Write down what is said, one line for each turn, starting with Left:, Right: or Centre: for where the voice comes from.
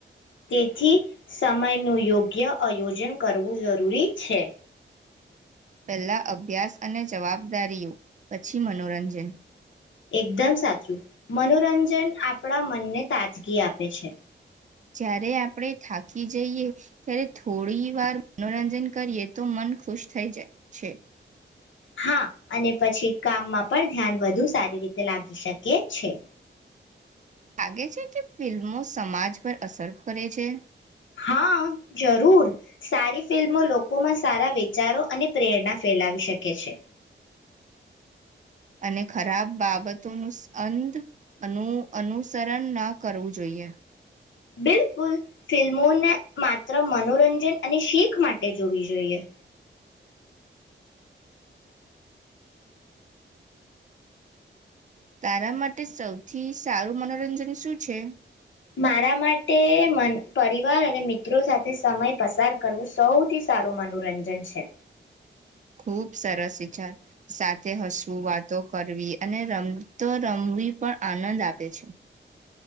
Left: તેથી સમયનું યોગ્ય આયોજન કરવું જરૂરી છે.
Right: પહેલા અભ્યાસ અને જવાબદારીઓ પછી મનોરંજન.
Left: એકદમ સાચું, મનોરંજન આપણા મનને તાજગી આપે છે.
Right: જ્યારે આપણે થાકી જઈએ ત્યારે થોડી વાર મનોરંજન કરીએ તો મન ખુશ થઈ જાય છે.
Left: હા અને પછી કામમાં પણ ધ્યાન વધુ સારી રીતે લાગી શકે છે.
Right: લાગે છે કે ફિલ્મો સમાજ પર અસર કરે છે?
Left: હા જરૂર, સારી ફિલ્મો લોકોમાં સારા વિચારો અને પ્રેરણા ફેલાવી શકે છે.
Right: અને ખરાબ બાબતોનું અંધ અનુ-અનુસરણ ન કરવું જોઈએ.
Left: બિલકુલ, ફિલ્મોને માત્ર મનોરંજન અને શીખ માટે જોવી જોઈએ.
Right: તારા માટે સૌથી સારું મનોરંજન શું છે?
Left: મારા માટે મ-પરિવાર અને મિત્રો સાથે સમય પસાર કરવો સૌથી સારું મનોરંજન છે.
Right: ખૂબ સરસ વિચાર. સાથે હસવું, વાતો કરવી અને રમતો રમવી પણ આનંદ આપે છે.